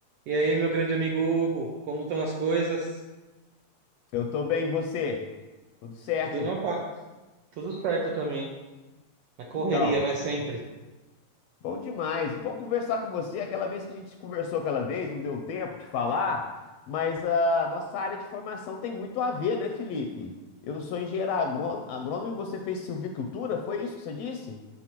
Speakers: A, on the right; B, on the left.
A: E aí, meu grande amigo Hugo, como estão as coisas?
B: Eu tô bem, e você? Tudo certo?
A: Tudo na paz, tudo certo também. Na correria,
B: Então,
A: né? Sempre.
B: bom demais. Bom conversar com você. Aquela vez que a gente conversou aquela vez, não deu tempo de falar, mas a nossa área de formação tem muito a ver, né, Felipe? Eu sou engenheiro agrônomo, agrônomo e você fez silvicultura, foi isso que você disse?